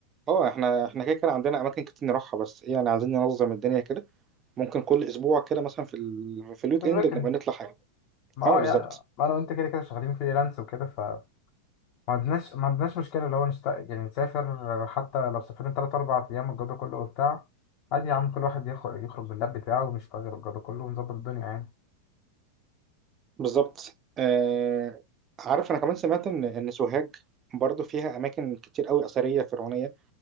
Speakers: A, on the right; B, on the left.
A: اه احنا احنا كده كده عندنا أماكن كتير نروحها بس ايه يعني عايزين ننظم الدنيا كده ممكن كل أسبوع كده مثلا في ال... في الويك
B: في الويكند
A: إند نبقى نطلع حاجة
B: ما
A: اه
B: هو
A: بالظبط
B: يعني ما انا وانت كده كده شغالين فريلانس وكده فما عندناش ما عندناش مشكله لو نشت... يعني نسافر حتى لو سافرنا تلات أربع ايام الجو ده كله وبتاع عادي يا عم كل واحد ياخد يخرج باللاب بتاعه ونشتغل الجو ده كله ونظبط الدنيا يعني
A: بالظبط آه عارف أنا كمان سمعت إن إن سوهاج برضو فيها أماكن كتير أوي أثرية فرعونية